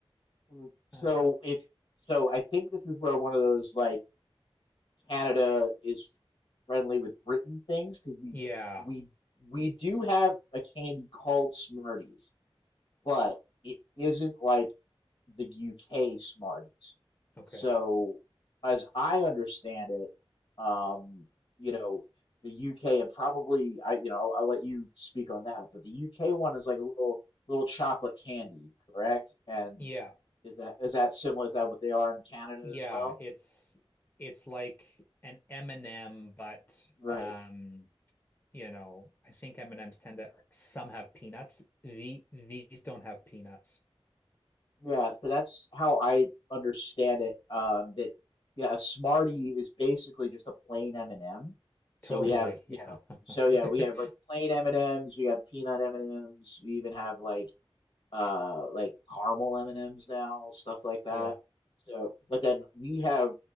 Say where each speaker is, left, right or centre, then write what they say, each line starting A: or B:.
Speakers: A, on the left; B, on the left.
A: Mm, So
B: uh
A: if so, I think this is where one of those like. Canada is friendly with Britain things because we
B: yeah,
A: we we do have a candy called Smarties, but it isn't like the UK Smarties.
B: okay.
A: So, as I understand it, um, you know, the UK and probably I, you know, I'll let you speak on that, but the UK one is like a little little chocolate candy, correct? And
B: Yeah.
A: is that is that similar? Is that what they are in Canada
B: Yeah,
A: as well?
B: it's it's like an M&M but
A: Right.
B: um you know, I think M&Ms tend to some have peanuts. The these don't have peanuts.
A: Yeah, so that's how I understand it. Um, that yeah, a Smartie is basically just a plain M&M. So
B: Totally.
A: we have, you
B: Yeah.
A: know, so
B: <laughs>
A: yeah, we have like plain M&Ms, we got peanut M&Ms, we even have like uh like caramel M&Ms now, stuff like that.
B: Yeah.
A: So, but then we have